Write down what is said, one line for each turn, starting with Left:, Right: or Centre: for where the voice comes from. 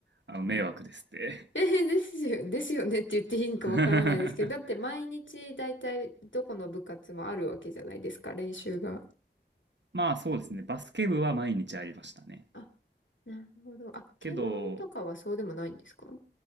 Right: あの、迷惑ですって。
Left: えー、ですよ、ですよねって言っていいのかわからないですけど、
Right: <laughs>
Left: だって毎日大体どこの部活もあるわけじゃないですか、練習が。
Right: まあそうですね、バスケ部は毎日ありましたね。
Left: あ、なるほど。あ、軽音とかはそうでもないんですか
Right: けど、